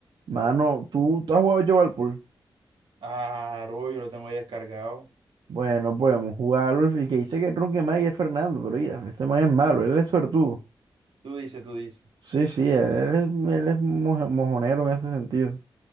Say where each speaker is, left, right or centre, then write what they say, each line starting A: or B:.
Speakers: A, on the right (about 60°); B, on the right (about 80°).
A: Mano, ¿tú, tú has jugado yo al pool?
B: Ah, bro, yo lo tengo ahí descargado.
A: Bueno, podemos jugarlo. El que dice que Tronque más es Fernando, pero mira, este man es malo, él es suertudo.
B: Tú dices, tú dices.
A: Sí, sí, él, él es, él es moja- mojonero en ese sentido.